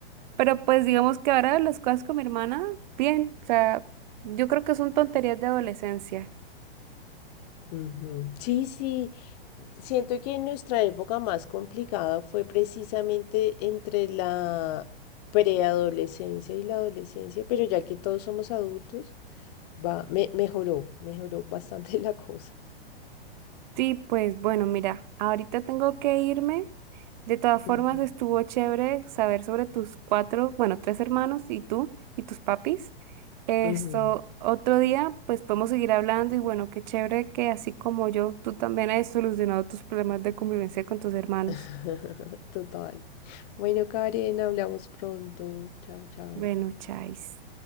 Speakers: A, on the right; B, on the left.
A: Pero pues digamos que ahora las cosas con mi hermana, bien. O sea, yo creo que son tonterías de adolescencia.
B: Ujú. Sí, sí, siento que nuestra época más complicada fue precisamente entre la preadolescencia y la adolescencia, pero ya que todos somos adultos, va, me, mejoró, mejoró bastante <laughs> la cosa.
A: Sí, pues bueno, mira, ahorita tengo que irme. De todas formas,
B: Ujú,
A: estuvo chévere saber sobre tus cuatro, bueno, tres hermanos y tú y tus papis. Esto,
B: ujú.
A: otro día, pues podemos seguir hablando y bueno, qué chévere que así como yo, tú también has solucionado tus problemas de convivencia con tus hermanos.
B: <laughs> Total. Bueno, Karen, hablamos pronto. Chao, chao.
A: Bueno, chais.